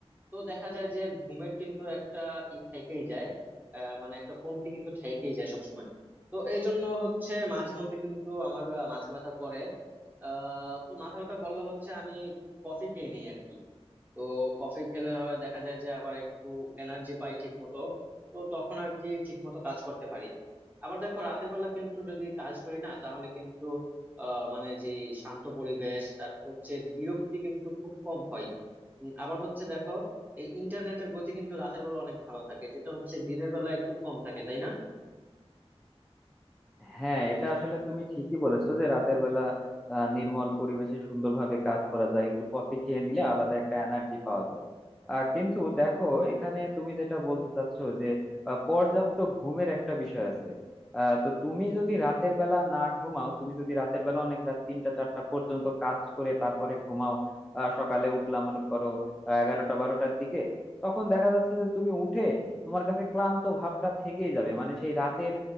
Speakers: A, on the right; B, in the centre.
A: তো দেখা যায় যে ঘুমের কিন্তু একটা ই থেকেই যায় আহ, মানে একটা কমতি কিন্তু থেকেই যায় সবসময় তো এই জন্য হচ্ছে মাঝে মধ্যে কিন্তু আমার আহ, মাথা ব্যথা করে আহ তো মাথা ব্যথা করলে হচ্ছে আমি একটু কফি খেয়ে নিই আর কি তো কফি খেলে হয় দেখা যায় যে আবার একটু এনার্জি পাই ঠিক মতো তো তখন আর কি ঠিক মতো কাজ করতে পারি আবার দেখো রাতের বেলা কিন্তু যদি কাজ করি না তাহলে কিন্তু আহ মানে যে শান্ত পরিবেশ তারপর হচ্ছে বিরক্তি কিন্তু খুব কম হয় উম, আবার হচ্ছে দেখো এই ইন্টারনেটের গতি কিন্তু রাতের বেলা অনেক ভালো থাকে যেটা হচ্ছে দিনের বেলা একটু কম থাকে তাই না
B: হ্যাঁ এটা আসলে তুমি ঠিকই বলেছো যে রাতের বেলা আহ, নির্মল পরিবেশে সুন্দরভাবে কাজ করা যায় একটু কফি খেয়ে নিলে আলাদা একটা এনার্জি পাওয়া যায় আহ, কিন্তু দেখো এখানে তুমি যেটা বলতে চাচ্ছো যে আহ, পর্যাপ্ত ঘুমের একটা বিষয় আছে আহ, তো তুমি যদি রাতের বেলা না ঘুমাও তুমি যদি রাতের বেলা অনেক রাত তিনটা চারটা পর্যন্ত কাজ করে তারপরে ঘুমাও আহ, সকালে উঠলাম মনে করো আহ, এগারোটা বারোটার দিকে তখন দেখা যাচ্ছে যে তুমি উঠে তোমার কাছে ক্লান্ত ভাবটা থেকেই যাবে মানে সেই রাতের